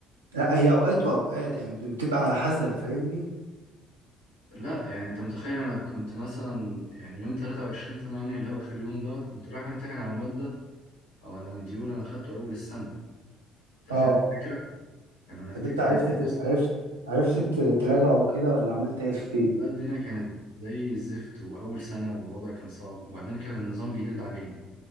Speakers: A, on the right (about 75°); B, on the left (about 85°).
A: لا هي اوقات واوقات يعني بتبقى على حسب فاهمني
B: لا يعني انت متخيل انا كنت مثلا يعني يوم 23 8 اللي هو اخر يوم دوت كنت رايح امتحن على مادة او على مديول انا اخدته اول السنه انت
A: اه
B: فاهم الفكره يعني انا افتكر
A: طب انت عرفت
B: إن
A: ت-
B: اصلا
A: عرفت عرفت ت- تراجعه كده ولا عملت ايه فيه
B: الدنيا كانت زي الزفت واول سنه والوضع كان صعب وبعدين كان النظام جديد علينا